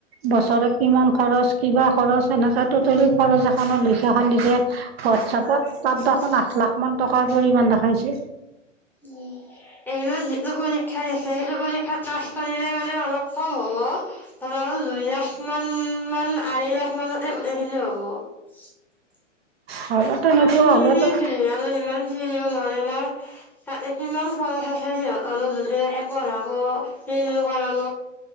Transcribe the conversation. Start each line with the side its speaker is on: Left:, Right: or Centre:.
Right: বছৰত কিমান খৰচ কিবা খৰচ এনেকা টোটেলি খৰচ এনৰ লিষ্ট এখন দিছে, হোৱাটছআপত
Centre: হয়,
Right: তাত দেখোন আঠ
Centre: হয়।
Right: লাখ মান টকাৰ পৰিমাণ দেখাইছে।
Centre: উম, এইমান যিটো পৰীক্ষা দিছে সেইটো পৰীক্ষাত পাছ কৰিলে মানে অলপ কম হ'ব। ধৰা দুই লাখ ইমান ইমান আঢ়ৈ লাখ মানুহ তে আহিলেও হ'ব। <unintelligible>
Right: হ'ব তেনেকুৱা
Centre: মানে সেইখিনি
Right: হ'লেতো
Centre: হে আৰু ইমান <unintelligible> কিমান খৰচ আছে সিহঁতনেকে পঢ়াব <unintelligible> কৰাব।